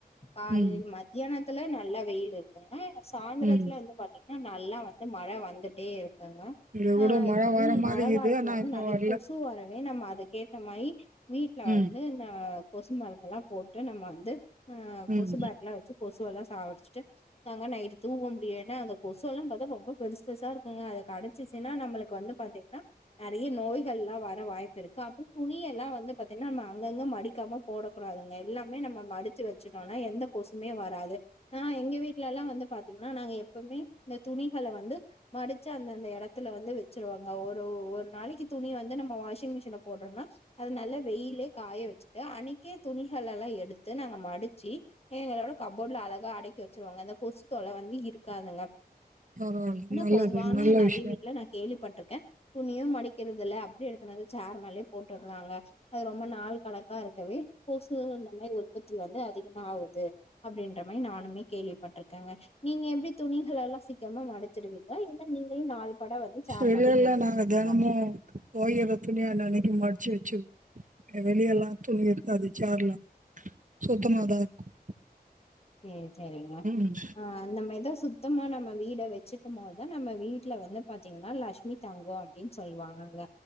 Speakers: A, on the left (about 40°); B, on the right (about 50°).
A: <unintelligible> காலையில்
B: ம்
A: மத்தியான த்துல நல்லா வெயில் இருக்குங்க சாயந்திரத்துல
B: ம்
A: வந்து பாத்தீங்கா நல்லா வந்து மழை வந்துட்டே இருக்கும் ங்க
B: இங்கே
A: ஆஹ்
B: கூட மழை
A: இப்ப வந்து
B: வர
A: இந்த
B: மாதிரி
A: மழை காலத்துல
B: இது ஆனால்
A: வந்து
B: இன்னும்
A: நிறைய
B: வரல
A: கொசு வரவே நம்ம அதுக்கு மயி வீட்டு்ல
B: ம்
A: வந்து ந கொசு மருந்தெல்லாம் போட்டு நம்ம வந்து ஆஹ் கொசுபடி
B: ம்
A: எல்லாம் வச்சு கொசுவெல்லாம் சாவடிச்சுட்டு நாங்க நைட்டு தூக முடியும்ன்னா அந்த கொசு எல்லாம் பார்த்தா ரொம்ப பெருச பெருசா இருக்குங்க அதை கடைச்சி ஏன்னா நம்மளுக்கு வந்து பாத்தீங்கன்னா நிறைய நோய்கள் எல்லாம் வர வாய்ப்பு இருக்கு அ அப்புறம் துணிய எல்லாம் வந்து பா்த்தீங்கன்னா நம்ம அங்கங்க மடிக்காம போடக்கூடாதுங்க எல்லாமே நம்ம மடிச்சு வச்சுட்டோனா எந்த கொசுமே வராது ஆஹ எங்க வீடல எல்லாம் வந்து பாார்த்தீங்கன்னா நாங்க எப்பவுமே இந்த துணிகளை வந்து மாடுச்சி அந்தந்த இடத்துல வந்து வச்சிருவோங்க ஒரு ஒரு நாளைக்கு துணி வந்து நம்ம வாஷிங் மிஷின்ல போடுறோம்னா அது நல்லா வெயில காய வச்சுட்டு அன்றனைக்கே துணிகள்ள எல்லாம் எடுத்து எடுத்து நாங்க மடிச்சு எங்களோட கப்போர்ட்ல அழகா அடைக்கி வச்சுருவாங்க அந்த கொசு தொலை வந்து இருக்காதுங்க
B: பரவாயில்ல
A: ஆனா
B: நல்லது
A: பொதுவானா
B: நல்ல
A: நிறைய
B: விஷயம்
A: வீட்டுல நான் கேள்வி பட்ருக்கான் துணியும் மடிக்கிறதுதல்ல அப்படி எடுத்துனு வந்து ச்சர் மலே போட்டுட ளங்க அது ரொம்ப நாள் கல அக்கா இருக்கவே கொசு நமை உற்பத்தி வந்து அதிகமா ஆகுது அப்படின்ற மாரி நானுமே கேள்விப்பட்டிருக்கேங்க நீங்க எப்படி துணிகள எல்லாம் சீக்கிரமா மடைச்சடுவீங்களா இல்ல நீங்களும் நால் பட வந்து சேர்மலே
B: வெளியில
A: போட்டு வச்சிருப்பீங்களா
B: நாங்கள் தினமும் போகிற துணி அன்னைக்கு மடிச்சு வச்சு வெளிய எல்லாம் துணி இருக்காது சேர்லாம் சுத்தமாதான் இருக்கும்
A: சேப் சரிங்களா
B: ம்
A: ஆஹ் நம்ம ஏத சுத்தமா நம்ம வீட வச்சுக்கும்போதுதான் நம்ம வீட்டுல வந்து பாத்தீங்க அன்னால லட்சுமி தங்கம் அப்படின்னு சொல்லுவாங்கங்க